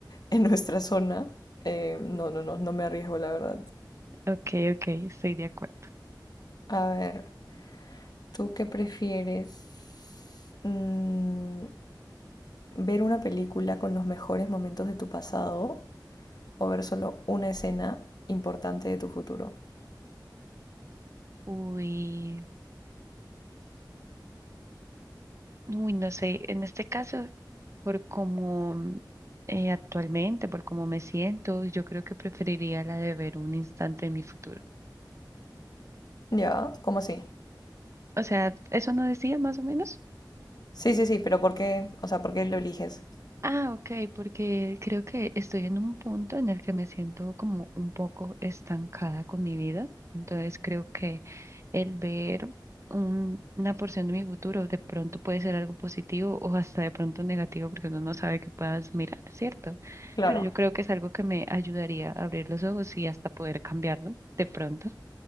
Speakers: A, on the left; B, on the right.
A: en nuestra zona, eh, no, no, no, no me arriesgo, la verdad.
B: Ok, ok, estoy de acuerdo.
A: A ver, ¿tú qué prefieres? Mm, ¿ver una película con los mejores momentos de tu pasado o ver solo una escena importante de tu futuro?
B: Uy, uy, no sé, en este caso, por cómo mm, eh, actualmente, por cómo me siento, yo creo que preferiría la de ver un instante de mi futuro.
A: Ya, ¿cómo así?
B: O sea, ¿eso no decía más o menos?
A: Sí, sí, sí, pero ¿por qué? O sea, ¿por qué lo eliges?
B: Ah, ok, porque creo que estoy en un punto en el que me siento como un poco estancada con mi vida. Entonces creo que el ver un- una porción de mi futuro de pronto puede ser algo positivo o hasta de pronto negativo porque uno no sabe qué puedas mirar, ¿cierto?
A: Claro.
B: Pero yo creo que es algo que me ayudaría a abrir los ojos y hasta poder cambiarlo de pronto.